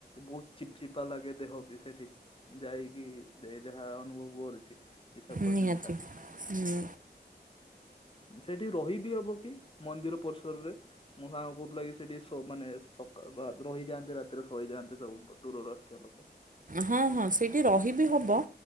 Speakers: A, on the left (about 30°); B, on the right (about 50°).
A: ବହୁତ ଚିପ୍ ଚିପା ଲାଗେ ଦେହ ବି ସେଠି ମୁଁ ଯାଇକି ଦେ ଯାହା ଅନୁଭବ କରୁଛି। ବିଶାଖାପଟନମ
B: ନିହାତି
A: ଟା
B: ହୁଁ।
A: ସେଠି ରହିବିି ହବକି ମନ୍ଦିର ପରିସରରେ? ମୁଁ ସାଙ୍ଗ କହିଥିଲା କି ସେଠି ଶ -ମାନେ ସକା ର -ରହିଯାଆନ୍ତି ରାତିରେ ଶୋଇଯାଆନ୍ତି ସବୁ ଦୂରରୁ ଆସଥିବା ଲୋକ।
B: ହଁ, ହଁ ସେଇଠି ରହିବି ହବ।